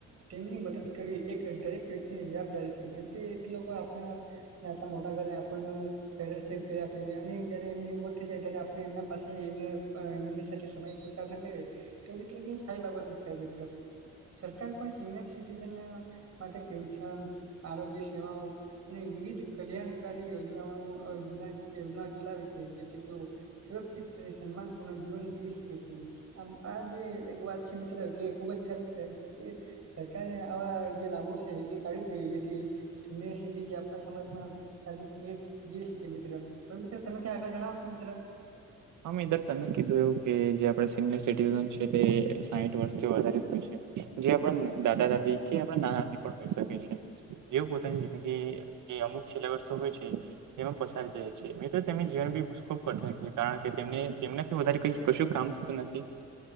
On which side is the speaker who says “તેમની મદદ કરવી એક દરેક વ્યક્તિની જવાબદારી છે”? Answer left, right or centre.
Right